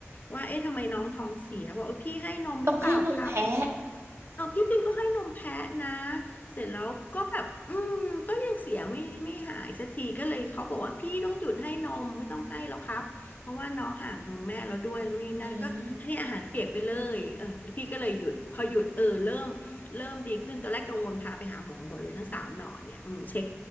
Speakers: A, on the left (about 35°); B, on the right (about 55°).
A: ว่าเอ๊ะทำไมน้องท้องเสียบอกว่าพี่ให้นมหรือเปล่าครับ
B: ต้องให้นมแพะ
A: เออพี่ปิงก็ให้นมแพะนะเสร็จแล้วก็แบบอืมก็ยังเสียไม่ไม่หายสักทีก็เลยเขาบอกว่าพี่ต้องหยุดให้นมไม่ต้องให้แล้วครับเพราะว่าน้องห่างนมแม่แล้วด้วยรู้นี่นั่นก็ให้อาหารเปียกไปเลยเออพี่ก็เลยหยุดพอหยุดเออเริ่มเริ่มดีขึ้นตอนแรกกังวลพาไปหาหมอหมดเลยทั้งสามหนอเนี่ยอืมเช็ค
B: อืม